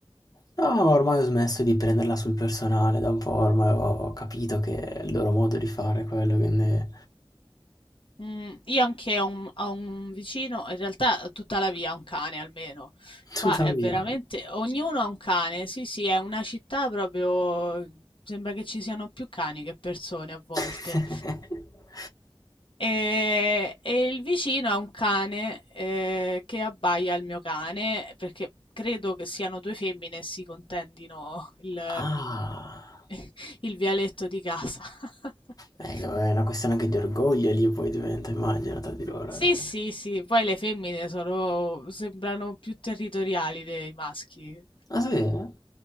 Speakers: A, on the left (about 40°); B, on the left (about 65°).
A: No, ormai ho smesso di prenderla sul personale, da un po' ormai ho ho capito che è il loro modo di fare quello, quindi...
B: Mm, io anche ho un, ho un vicino, in realtà tutta la via ha un cane almeno.
A: Tuttavia.
B: Qua è veramente, ognuno ha un cane, sì sì, è una città proprio, sembra che ci siano più cani che persone a volte.
A: <laughs>
B: E, e il vicino ha un cane eh, che abbaia al mio cane, perché credo che siano due femmine e si contendino il,
A: Ah,
B: <laughs> il vialetto di casa. <laughs>
A: eh, è una questione anche di orgoglio lì poi diventa, immagino, tra di loro.
B: Sì,
A: eh.
B: sì, sì, poi le femmine sono, sembrano più territoriali dei maschi.
A: Ah sì? Eh?